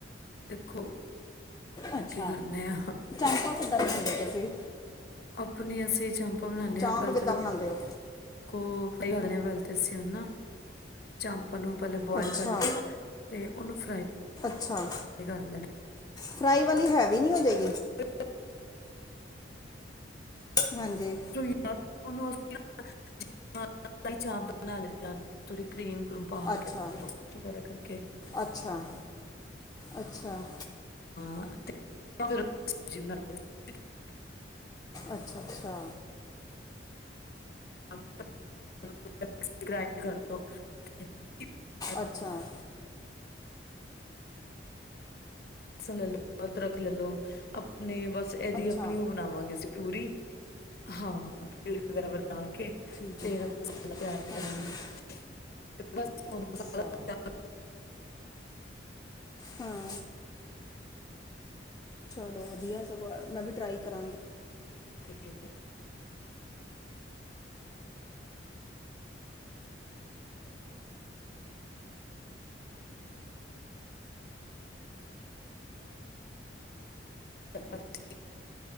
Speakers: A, on the left (about 55°); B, on the left (about 20°).
A: ਦੇਖੋ
B: ਅੱਛਾ
A: ਕੀ ਕਰਨੇ ਆ
B: ਚਾਂਪਾ ਕਿੱਦਾਂ ਬਣਾਦੇ ਤੁਸੀਂ?
A: ਆਪਨ ਅਸਲੀ ਚਾਂਪਾ ਬਣਾਉਂਦੇ
B: ਚਾਂਪ
A: ਆ, ਪਹਿਲੇ
B: ਕਿੱਦਾਂ
A: ਤਾਂ ਫਰਾਈ
B: ਬਣਾਉਂਦੇ ਹੋ
A: ਕਰਦੇ ਆ ਓਸ ਨੂ ਚੰਪ ਚਾਂਪਾ ਨੂੰ ਪਹਿਲੇ ਬੋਆਇਲ
B: ਅੱਛਾ
A: ਕਰਕੇ ਤੇ ਉਹਨੂੰ ਫਰਾਈ
B: ਅੱਛਾ
A: ਕਰ ਲੈਨੇ ਆ।
B: ਫਰਾਈ ਵਾਲੀ ਹੈਵੀ ਨਹੀਂ ਹੋ ਜਾਏਗੀ,
A: ਲੈਣਾ
B: ਹਾਂਜੀ
A: ਛੁਰੀ ਨਾਲ ਉਸਨੁ ਉਸ <inaudible> ਹਾਂ ਇਦਾਂ ਹੀ ਚਾਪ ਬਣਾ ਲੈਨੇ ਆ ਥੋੜੀ ਕਰੀਮ ਪਾ
B: ਅੱਛਾ
A: ਕੇ ਚੋਪੜ ਕਰਕੇ
B: ਅੱਛਾ ਅੱਛਾ
A: ਜਾਂ ਫਿਰ ਜਿਵੇਂ <inaudible>
B: ਅੱਛਾ -ਅੱਛਾ
A: ਹਮ ਸਭ ਸਬਸਕ੍ਰਾਈਬ ਕਰ ਲੋ <inaudible> ਇਪ ਐਸ
B: ਅੱਛਾ
A: ਹੈਲੋ ਅਦਰਕ ਲੈ ਲਓ ਆਪਣੇ ਬਸ ਇਹਦੀ
B: ਅੱਛਾ
A: ਆਪਣੀ ਬਣਾਵਾਂਗੇ ਅਸੀਂ ਪਿਊਰੀ ਹਾਂ <unintelligible> ਬਰਾਬਰ ਆਖੇ
B: ਠੀਕ
A: ਤੇਰਾ
B: ਹੈ
A: ਮਸਾਲਾ ਤਿਆਰ ਕਰਾਂਗੇ
B: ਅੱਛਾ
A: ਤੇ ਬਸ ਦੋ ਮਿੰਟ
B: ਅੱਛਾ
A: ਮਸਾਲਾ
B: ਹਾਂ। ਚਲੋ ਵਧੀਆ ਸਗੋਂ ਮੈਂ ਵੀ ਟਰਾਈ ਕਰਾਂਗੀ।
A: ਠੀਕ ਏ ਹਾ